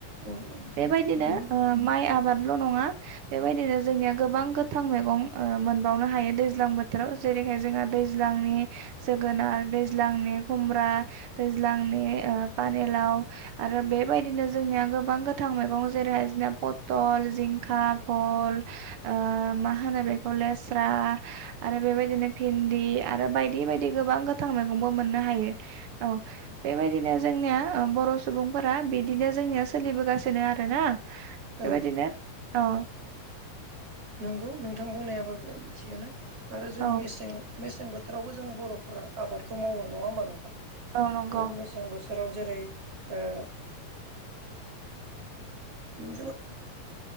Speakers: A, on the right; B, on the right.
A: औ
B: बेबायदिनो
A: नों
B: ओ माइ आबाद ल' नङा बेबायदिनो जोंनिया गोबां गोथां मैगं मोनबावनो हायो दैज्लां बोथोराव जेरै <unintelligible> दैज्लांनि जोगोनार दैज्लांनि खुमब्रा दैज्लांनि ओ पानि लाव आरो बे बेबायदिनो जोंनिया गोबां गोथां मैगं जेरैहाय जोंनिया पथल, जिंखा, फल मा होनो बेखौ लेस्रा आरो बेबायदिनो पिन्दि आरो बायदि बायदि गोब गोबां गोथां मैगंबो मोननो हायो औ बेबायदिनो जोंनिया बर' सुबुंफोरा बिदिनो जोंनिया सोलिबोगासिनो आरोना बेबायदिनो
A: औ
B: औ
A: नंगौ नोंथां बुंनायाबो थिगआनो आरो जों
B: औ
A: मेसें मेसें बोथोरावबो जों बर'फोरा आबादखौ मावो नङा होमबा नोंथां
B: औ नंगौ
A: जों मेसें बोथोराव जेरै ओ जोङो